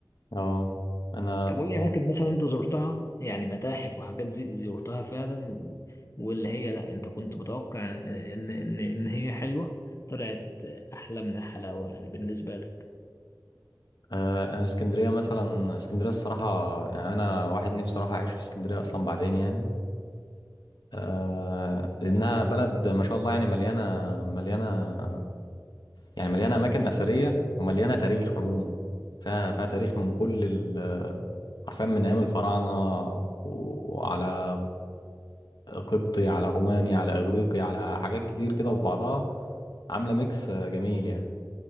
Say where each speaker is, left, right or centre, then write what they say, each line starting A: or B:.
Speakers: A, on the left; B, on the left.
A: اه انا
B: طب قول لي اماكن مثلا انت زرتها يعني متاحف وحاجات زي زرتها فعلا و... واللي هي لا انت كنت متوقع ان ان ان هي حلوه طلعت احلى من الحلاوه يعني بالنسبه لك
A: آه انا اسكندريه مثلا اسكندريه الصراحه يعني انا واحد نفسي اروح اعيش في اسكندريه اصلا بعدين يعني آه لانها بلد ما شاء الله يعني مليانه مليانه يعني مليانه اماكن اثريه ومليانه تاريخ عموما فيها فيها تاريخ من كل ال- حرفيا من ايام الفراعنه و- وعلى قبطي على روماني على إغريقي على حاجات كتير كده في بعضها عاملة ميكس آه، جميل يعني